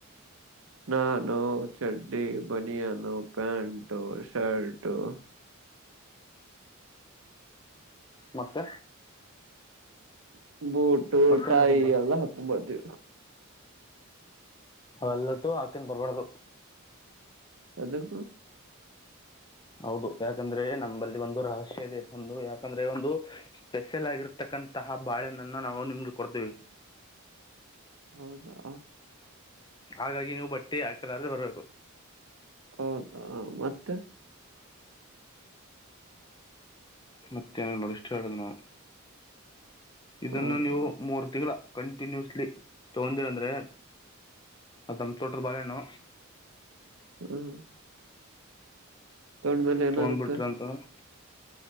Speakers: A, on the right; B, on the left.
A: ನಾನು ಚಡ್ಡಿ ಬನಿಯಾನು ಪ್ಯಾಂಟು ಶರ್ಟು
B: ಮತ್ತೆ
A: <inaudible> ಬೂಟು
B: ಮತ್ತೇನ್
A: ಟಾಯಿ
B: ಹಾಕೊಂಡ್
A: ಎಲ್ಲಾ ಹಾಕೋಂಬರ್ತಿವಿ ನಾವು
B: ಅಲ್ಲಟ್ಟು ಆಕನ್ ಬರಬಾರದು
A: ಎದಕ್ಕೂ
B: ಹೌದು ಯಾಕಂದ್ರೆ ನಮ್ಮಂಬಲ್ಲಿ ಒಂದು ರಹಸ್ಯ ಇದೆ ಒಂದು ಯಾಕಂದ್ರೆ ಒಂದು ಸ್ಪೆಷಲ್ ಆಗಿರ್ತಕ್ಕಂತಹ ಬಾಳೆನನ್ನ ನಾವು ನಿಮ್ಗೆ ಕೊಡ್ತೇವಿ
A: ಹೌದಾ
B: ಹಾಗಾಗಿ ನೀವು ಬಟ್ಟೆ ಹಾಕೆಲಾರ್ದೆ ಬರ್ಬೇಕು
A: ಹೌದಾ ಮತ್ತೆ
B: ಮತ್ತೆನೀಲ್ ನೋಡ್ ಇಷ್ಟೇ ನಡದ ನೋಡ್ ಇದನ್ನು
A: ಹೌದಾ
B: ನೀವು ಮೂರ್ ತಿಂಗಳ ಕಂಟಿನ್ಯೂಸ್ಲಿ ತೊಗೊಂಡಿರಂದ್ರೆ ಅದ ನಮ್ಮ ತೋಟದ ಬಾಳೆಹಣ್ಣು
A: ಹ್ಮ್ ತಗೊಂಡ್ಮೇಲೆ ಏನಾಗುತ್ತೆ
B: ತೊಗೊಂಡ್ಬಿಟ್ರಿ ಅಂತಂದ್ರೆ